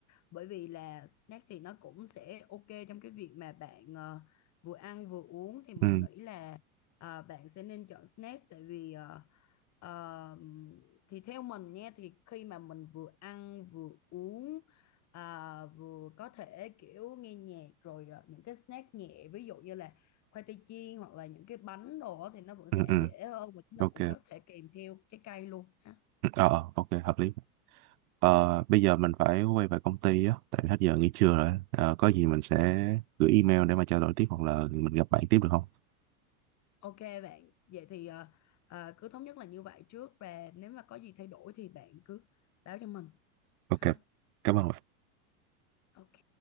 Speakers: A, on the left (about 40°); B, on the right (about 80°).
A: bởi vì là snack thì nó cũng sẽ ok trong cái việc mà bạn ờ, vừa ăn vừa uống thì mình
B: ừ
A: nghĩ là ờ, bạn sẽ nên chọn snack tại vì ờ, ờ, thì theo mình nha thì khi mà mình vừa ăn vừa uống à, vừa có thể kiểu nghe nhạc rồi ờ, những cái snack nhẹ ví dụ như là khoai tây chiên hoặc là những cái bánh đồ á thì nó vẫn
B: ừ
A: sẽ
B: ừ
A: dễ hơn và chúng ta
B: ok
A: cũng có thể kèm theo trái cây luôn ha.
B: Ừ, ờ ờ, ok hợp lý Ờ, bây giờ mình phải quay về công ty á tại vì hết giờ nghỉ trưa rồi Ờ, có gì mình sẽ gửi email để mà trao đổi tiếp hoặc là mình gặp bạn tiếp được không
A: Ok bạn, vậy thì ờ, ờ, cứ thống nhất là như vậy trước và nếu mà có gì thay đổi thì bạn cứ báo cho mình ha.
B: Ok, cảm ơn.
A: Ok.